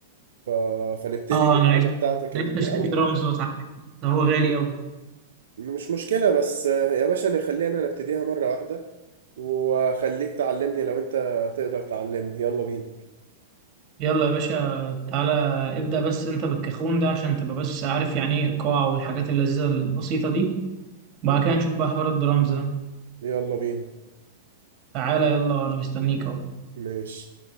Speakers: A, on the right; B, on the right.
A: ف... فنبتدي
B: أه
A: بالآلة
B: أنا نفسي
A: بتاعتك
B: نفسي
A: الأول
B: أشتري درامز وأتعلم ده هو غالي أوي
A: مش مشكلة بس آه، يا باشا نخلينا نبتديها مرة واحدة وخليك تعلمني لو أنت تقدر تعلمني يلا بينا
B: يلا يا باشا تعالى ابدأ بس انت بالكاخون ده عشان تبقى بس عارف يعني ايه القاع والحاجات اللذيذة البسيطة دي بعد كده نشوف بقى حوار الدرامز ده
A: يلا بينا
B: تعالى يلا انا مستنيك اهو
A: ماشي